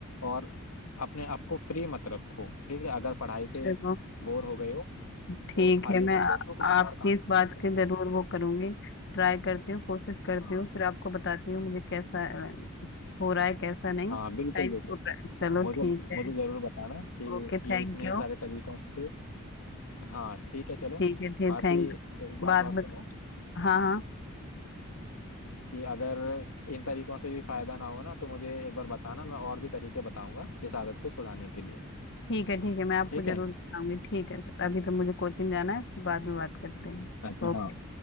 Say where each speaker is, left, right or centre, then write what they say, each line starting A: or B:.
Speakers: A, on the left; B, on the left.
A: और अपने आप को फ्री मत रखो ठीक है अगर पढ़ाई से
B: चलो
A: बोर हो गए हो
B: ठीक
A: तो खाली
B: है मैं
A: मत
B: आ-
A: बैठो कुछ
B: आपकी
A: और काम
B: इस बात की
A: करो
B: जरूर वो करूंगी ट्राई करती हूँ कोशिश करती
A: हाँ
B: हूँ फिर आपको बताती हूँ मुझे कैसा अ, हो रहा है कैसा नहीं
A: हाँ बिल्कुल
B: टाइम
A: बिल्कुल
B: हो रहा है चलो
A: मुझे
B: ठीक है
A: मुझे जरूर बताना कि
B: Okay thank
A: ये इतने
B: you
A: सारे तरीकों से हाँ ठीक है चलो
B: ठीक है ठीक
A: बाकी
B: थैंक
A: एक बात
B: बाद
A: और
B: में
A: सुनो हाँ
B: हाँ हाँ
A: कि अगर इन तरीकों से भी फायदा ना हो ना तो मुझे एक बार बताना मैं और भी तरीके बताऊंगा इस आदत को छुड़ाने के लिए
B: ठीक है ठीक है मैं आपको
A: ठीक
B: जरूर
A: है
B: बताऊंगी ठीक है सर अभी तो मुझे कोचिंग जाना है फिर बाद में बात करते हैं
A: अच्छा
B: Okay
A: हाँ